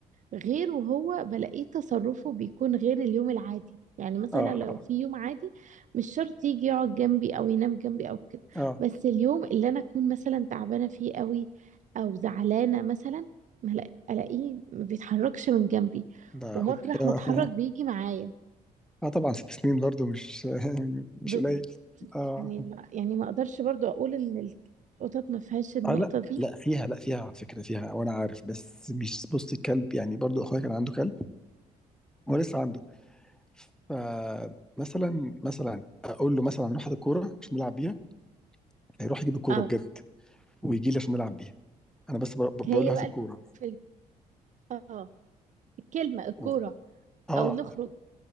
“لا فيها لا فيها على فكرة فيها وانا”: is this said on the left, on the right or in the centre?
Centre